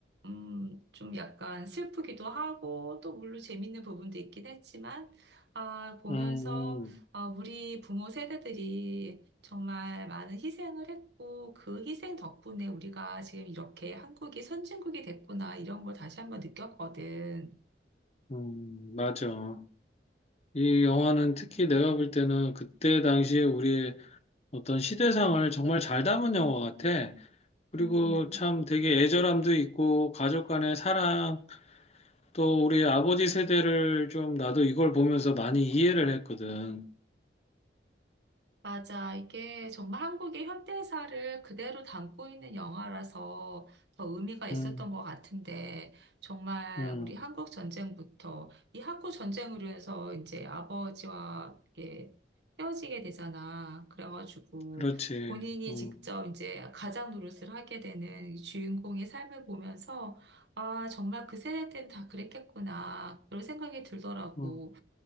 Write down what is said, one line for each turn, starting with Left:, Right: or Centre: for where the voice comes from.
Right: 음, 좀 약간 슬프기도 하고, 또 물론 재밌는 부분도 있긴 했지만, 아, 보면서,
Left: 음,
Right: 아, 우리 부모 세대들이 정말 많은 희생을 했고, 그 희생 덕분에 우리가 지금 이렇게 한국이 선진국이 됐구나, 이런 걸 다시 한번 느꼈거든.
Left: 음, 맞아. 이 영화는 특히 내가 볼 때는 그때 당시에 우리의 어떤 시대상을 정말 잘 담은 영화 같아. 그리고
Right: 음.
Left: 참 되게 애절함도 있고, 가족 간의 사랑, 또 우리 아버지 세대를 좀 나도 이걸 보면서 많이 이해를 했거든.
Right: 맞아. 이게 정말 한국의 현대사를 그대로 담고 있는 영화라서 더 의미가 있었던
Left: 음.
Right: 것 같은데, 정말
Left: 음,
Right: 우리 한국 전쟁부터, 이 한국 전쟁으로 해서 이제 아버지와 이렇게 헤어지게 되잖아. 그래가지고
Left: 그렇지.
Right: 본인이
Left: 음,
Right: 직접 이제 가장 노릇을 하게 되는 이 주인공의 삶을 보면서, 아, 정말 그 세대 때는 다 그랬겠구나. 그런 생각이 들더라고.
Left: 음.